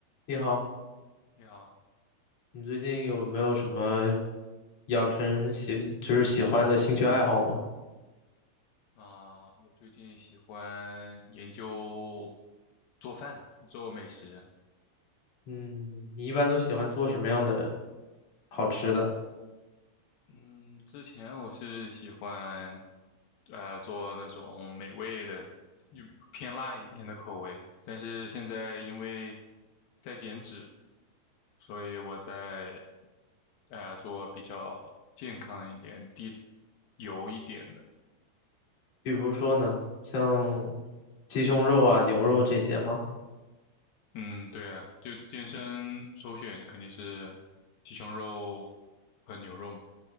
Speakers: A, on the left; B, on the left.
A: 你好，
B: 你好
A: 你最近有没有什么养成喜，就是喜欢的兴趣爱好吗？
B: 啊，我最近喜欢研究做饭，做美食。
A: 嗯，你一般都喜欢做什么样的好吃的？
B: 嗯，之前我是喜欢呃做那种美味的，就偏辣一点的口味。但是现在因为在减脂，所以我在呃做比较健康一点、低油一点的。
A: 比如说呢，像鸡胸肉啊、牛肉这些吗？
B: 嗯，对啊，就健身首选肯定是鸡胸肉和牛肉。